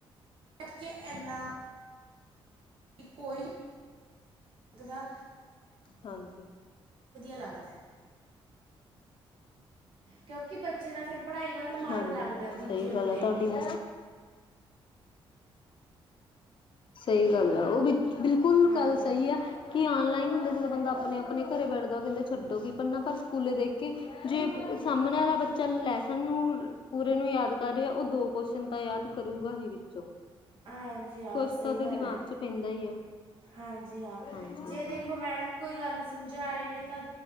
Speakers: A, on the right; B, on the left.
A: ਕੇ ਇਨਾ ਕਿ ਕੋਈ ਲੱਗਦਾ
B: ਹਾਂਜੀ
A: ਲੱਗਦਾ ਕਿਉਂਕਿ ਬੱਚੇ ਦਾ ਫਿਰ ਪੜ੍ਹਾਈ ਵੱਲ ਮਨ
B: ਹਾਂਜੀ
A: ਲੱਗਦਾ ਦੂਜੇ
B: ਸਹੀ
A: ਨੂੰ
B: ਗੱਲ
A: ਦੇਖ
B: ਆ ਤੁਹਾਡੀ
A: ਕੇ
B: <inaudible> ਸਹੀ ਗੱਲ ਆ ਉਹ ਬੀ ਬਿਲਕੁਲ
A: ਹਾਂਜੀ
B: ਗੱਲ ਸਹੀ
A: ਹਾਂ
B: ਹੈ ਕਿ ਔਨਲਾਈਨ ਜਦੋਂ ਬੰਦਾ ਆਪਣੇ ਆਪਣੇ ਘਰੇ ਬੈਠਦਾ ਕਹਿੰਦੇ ਛੱਡੋ ਕਿ ਪਨਾ ਪਰ ਸਕੂਲੇ ਦੇਖ ਕੇ ਜੇ ਸਾਹਮਣੇ ਵਾਲਾ ਬੱਚਾ ਲੈਸਨ ਨੂੰ ਪੂਰੇ ਨੂੰ ਯਾਦ ਕਰ ਰਿਹਾ ਉਹ ਦੋ ਕੁਸ਼ਨ ਤਾਂ ਯਾਦ ਕਰੂਗਾ ਹੀ ਵਿੱਚੋਂ
A: ਹਾਂਜੀ ਹਾਂ
B: ਕੁਛ
A: ਸਹੀ
B: ਤਾਂ ਉਹਦੇ
A: ਗੱਲ
B: ਦਿਮਾਗ
A: ਹੈ
B: ਚ ਪੈਂਦਾ ਹੀ ਆ
A: ਹਾਂਜੀ ਹਾਂ
B: ਹਾਂਜੀ
A: ਜੇ ਦੇਖੋ ਮੈਡਮ ਕੋਈ ਗੱਲ ਸਮਝਾ ਰਹੇ ਨੇ ਤਾਂ